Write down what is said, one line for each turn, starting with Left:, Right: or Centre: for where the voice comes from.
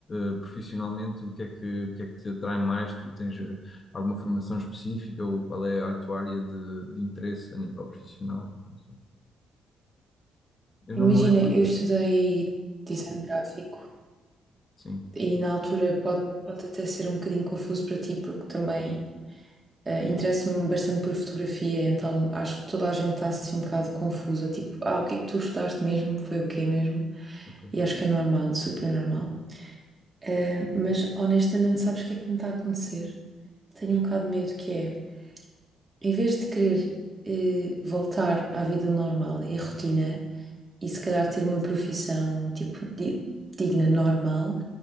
Left: eh, profissionalmente, o que é que, o que é que te atrai mais, tu tens eh, alguma formação específica, ou qual é a tua área de, de interesse a nível profissional? Não sei. Eu
Right: Imagina,
Left: não me lembro.
Right: eu estudei design gráfico
Left: Sim,
Right: e na altura pode, pode até ser um bocadinho confuso para ti, porque também eh, interesso-me bastante por fotografia, então acho que toda a gente está assim um bocado confusa, tipo, ah, o que é que tu estudaste mesmo? Foi o quê mesmo?
Left: ok.
Right: E acho que é normal, super normal. Eh, mas honestamente, sabes o que é que me está a acontecer? Tenho
Left: Sim,
Right: um bocado de medo que é. em vez de querer eh, voltar à vida normal e à rotina, e se calhar ter uma profissão tipo di- digna, normal,